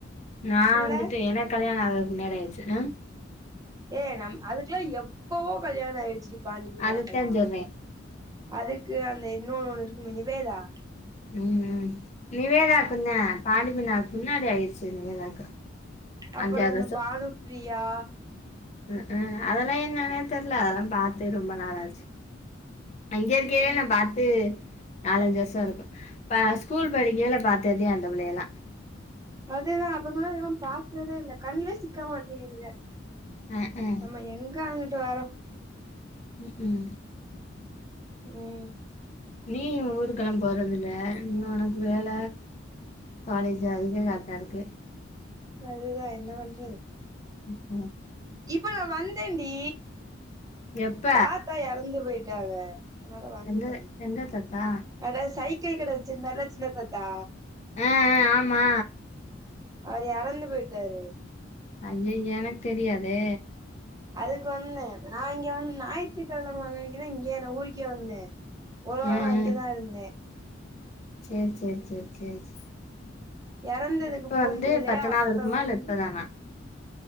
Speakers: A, on the left; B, on the right.
A: நா
B: புள்ள
A: வந்துட்டு எனக் கல்யாண ஆக மேரேயிச்சு அ
B: ஏ நம் அதுக்கெல்லா எப்பவோ கல்யாணோ ஆய்டுச்சு டி பாண்டி மீனாக்கெல்லா
A: அதத்தா சொல்றே
B: அதுக்கு அந்த இன்னு இருக்குமே நிவேதா
A: ம் ம் நிவேதாக்குந்தே பாண்டிமீனாக்கு முன்னாடி ஆய்டுச்சு நிவேதாக்கு
B: அப்புறோ
A: அஞ்சாறு
B: இந்த பானுபிரியா
A: அ அ அதெல்லா என்னனே தெர்ல அதெல்லா பாத்தே ரொம்ப நாளாச்சு அங்க இருக்கேலே
B: ம்
A: நா பாத்து நாலஞ்சு வருஷோ இருக்கு ப ஸ்கூல் படிக்கையில பாத்ததே அந்த பிள்ளையல்லா
B: அதேதா அப்புறம்னா இதெல்லா பாக்குறதே இல்ல கண்லே சிக்க மாட்டீங்குதுக
A: அ அ
B: நம்ம எங்க அங்கிட்டு வரோ
A: ம்
B: ம்
A: நீ ஊருக்கெல்லா போறதில்ல நீ உனக்கு வேல காலேஜ் அதுவே கரெக்டா இருக்கு
B: அதுதா என்ன பண்ற
A: ம்
B: இப்ப நா வந்தேன்டி
A: எப்ப
B: தாத்தா எறந்து போய்ட்டாவ அனால வந்த
A: எந்த எந்த தாத்தா
B: நட சைக்கிள் கட வச்சிருந்தாருல்ல சின்ன தாத்தா
A: அ அ ஆமா
B: அவரு எறந்து போய்ட்டாரு
A: அய்ய எனக்கு தெரியாதே
B: அதுக்கு வந்த நா இங்க வந்து ஞாயிற்று கெழம தா இங்க நா ஊருக்கே வந்த ஒரு வாரோ
A: ஆ ஆ
B: இங்கதா இருந்தே
A: சேரி சேரி சேரி சேரி சேரி
B: எறந்ததுக்கு
A: இப்ப
B: போ
A: வந்து
B: முடியலையா
A: பத்து
B: அப்புறோ
A: நாள் இருக்குமா
B: வந்து
A: இல்ல இப்பதானா